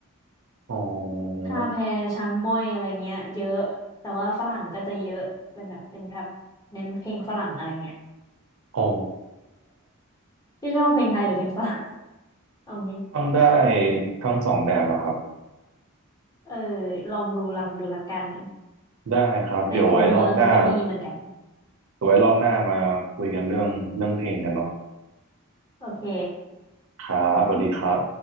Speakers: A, on the right (about 65°); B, on the left (about 15°).
A: อ๋อ
B: ท่าแพช้างม้อยอะไรเงี้ยเยอะแต่ว่าฝรั่งก็จะเยอะเป็นแบบเป็นแบบเน้นเพลงฝรั่งอะไรเงี้ย
A: อ๋อ
B: พี่ชอบเพลงไทยหรือเพลงฝรั่ง <laughs> เอางี้
A: ฟังได้ทั้งสองแบบอะครับ
B: เออลองดูลังดูละกัน
A: ได้ครับเดี๋ยวไว้รอบหน้า
B: ในคูเมืองก็มีเหมือนกัน
A: เดี๋ยวไว้รอบหน้ามาคุยกันเรื่องเรื่องเพลงกันเนาะ
B: โอเค
A: ครับสวัสดีครับ